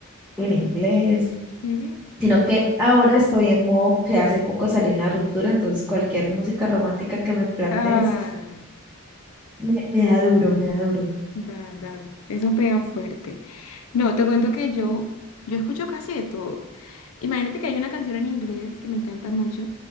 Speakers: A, in the centre; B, on the left (about 80°).
A: en inglés.
B: sí.
A: sino que ahora estoy en modo que hace poco salió una ruptura, entonces cualquier música romántica que me plantees
B: Ah.
A: me, me da duro, me da duro.
B: Da, da, eso pega fuerte. No, te cuento que yo, yo escucho casi de todo. Imagínate que hay una canción en inglés que me encanta mucho,